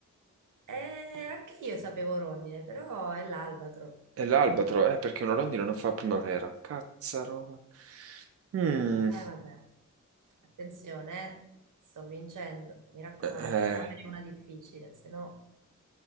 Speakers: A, on the right (about 80°); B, on the right (about 50°).
A: Eh, anche io sapevo rondine, però è l'albatro.
B: E l'albatro, eh, perché una rondine non fa primavera. Cazzarona. Mm.
A: Eh vabbè, attenzione, eh. Sto vincendo, mi raccomando,
B: Eh.
A: fammene una difficile, se no